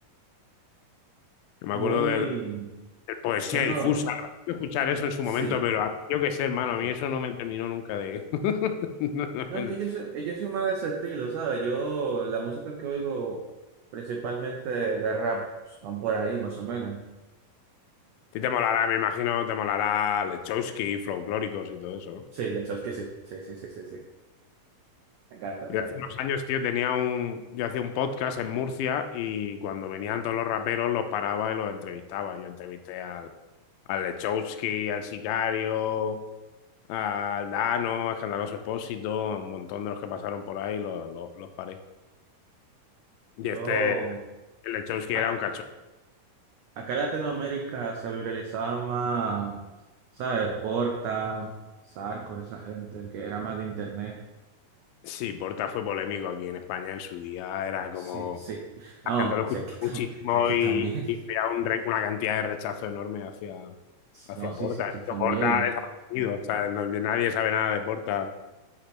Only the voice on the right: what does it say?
Muy,
yo no,
sí,
sí.
No, es que yo soy, yo soy más de ese estilo, ¿sabes? Yo, la música que oigo principalmente de rap, pues, van por ahí más o menos.
Sí, la que sí, sí, sí, sí, sí, sí. Me encanta, me
encanta.
Yo,
ac-
acá en Latinoamérica se viralizaba más, ¿sabes? Porta, Sarco, esa gente que era más de internet.
Sí, sí. No,
si aquí, tam-
si aquí
también.
<laughs>
No, sí,
si aquí también.